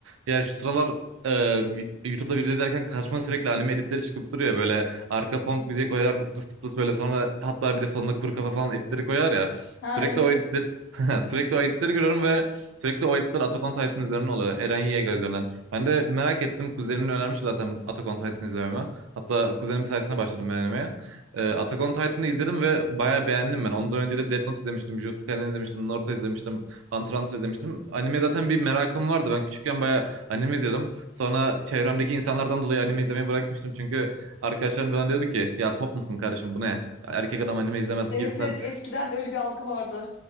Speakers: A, on the right; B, on the left.
A: Ya şu sıralar e, vi- YouTube'da video izlerken karşıma sürekli anime editleri çıkıp duruyor. Böyle arka punk müziği koyar dıp dıs dıp dıs böyle sonra hatta bir de sonuna kuru kafa falan editleri koyar ya.
B: Ha
A: Sürekli
B: evet.
A: o editler <laughs> sürekli o editleri görüyorum ve sürekli o editler Attack on Titan üzerinden oluyor. Eren Yeager üzerinden. Ben de merak ettim. Kuzenim önermiş zaten Attack on Titan izlememe. Hatta kuzenim sayesinde başladım ben animeye. E, Attack on Titan'ı izledim ve bayağı beğendim ben. Ondan önce de Death Note izlemiştim, Jujutsu Kaisen izlemiştim, Naruto izlemiştim, Hunter x Hunter izlemiştim. Anime zaten bir merakım vardı. Ben küçükken bayağı anime izliyordum. Sonra çevremdeki insanlardan dolayı anime izlemeyi bırakmıştım. Çünkü arkadaşlarım bana diyordu ki ya top musun kardeşim bu ne? Ya Erkek adam anime izlemez
B: Evet
A: gibisinden
B: evet eskiden öyle bir algı vardı.